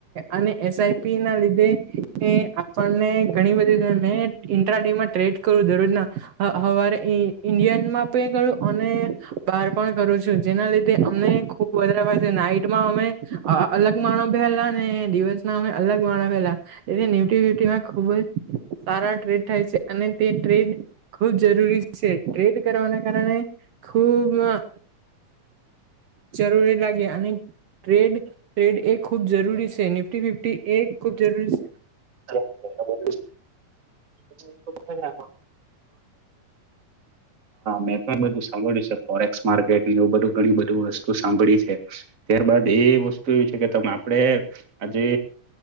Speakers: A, on the right (about 60°); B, on the right (about 30°).
A: અને એસ આઈ પી ના લીધે એ આપણને ધણી બધી ઘર ને ઇન્ટ્રા ડે માં ટ્રેડ કરું જરૂર ના આહ હવારે એ ઇન્ડિયનમાં કરું અને બાર પણ કરું છું જેના લીધે અમને વધારેમાં જે અમે નાઈટમાં અમે અહ અલગ માં બહેલા ને દિવસ ના અમે અલગમાં બહેલા એ ન્યુટીલીટી માં ખુબ જ સારા ટ્રેડ થાય છે અને તે ટ્રેડ ખુબ જરૂરી છે. ટ્રેડ કરવાના કારણે ખૂબ અહ જરૂરી લાગે અને ટ્રેડ ટ્રેડ એ ખૂબ જરૂરી છે. નિફ્ટી ફિફ્ટી એ ખૂબ જરૂરી
B: <unintelligible> હા, મેં પણ બધું સાંભળ્યું છે. ફોરેક્સ માર્કેટ એવું બધું ઘણી બધું વસ્તુ સાંભળી છે. ત્યારબાદ એ વસ્તુ એવી છે કે તમે આપ ડે એ આજે